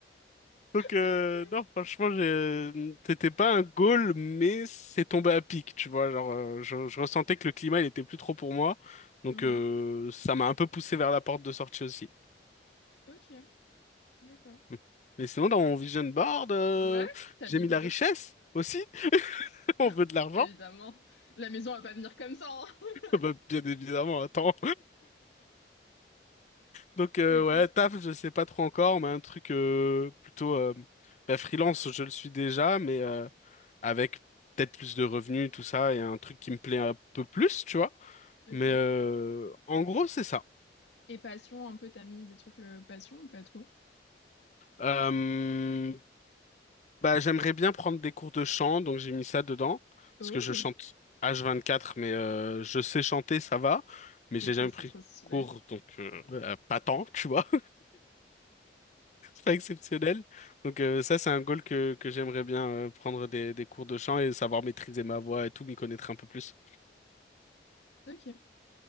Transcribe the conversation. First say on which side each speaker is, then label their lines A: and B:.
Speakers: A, on the left; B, on the left.
A: Donc, euh,
B: ok.
A: non, franchement, j'ai- c'était pas un goal, mais c'est tombé à pic, tu vois. Genre, euh, je, je ressentais que le climat, il était plus trop pour moi. Donc,
B: Mhm.
A: euh, ça m'a un peu poussé vers la porte de sortie aussi.
B: Ok, d'accord.
A: Hum. Mais sinon, dans mon vision board, euh,
B: Ouais, t'as
A: j'ai
B: mis
A: mis
B: quoi
A: la
B: d'autre?
A: richesse aussi. <laughs> On
B: <laughs>
A: veut de l'argent.
B: Évidemment, la maison va pas venir comme ça, hein.
A: <laughs>
B: <laughs>
A: Bah, bien évidemment, attends. Donc euh,
B: Ok,
A: ouais, taf, je sais pas trop encore, mais un truc euh, plutôt euh, bah, freelance, je le suis déjà, mais euh, avec peut-être plus de revenus, tout ça, et un truc qui me plaît un peu plus, tu vois.
B: ok.
A: Mais euh, en gros, c'est ça.
B: Et passion, un peu, t'as mis des trucs euh, passion ou pas trop?
A: Euh, bah, j'aimerais bien prendre des cours de chant, donc j'ai mis ça dedans,
B: Oh,
A: parce que je chante H24, mais euh, je sais chanter, ça va, mais j'ai
B: ok,
A: jamais
B: c'est
A: pris
B: trop
A: de
B: stylé.
A: cours, donc euh, euh, pas tant, tu vois. pas exceptionnel. Donc euh, ça, c'est un goal que, que j'aimerais bien euh, prendre des, des cours de chant et savoir maîtriser ma voix et tout, m'y connaître un peu plus.
B: Ok,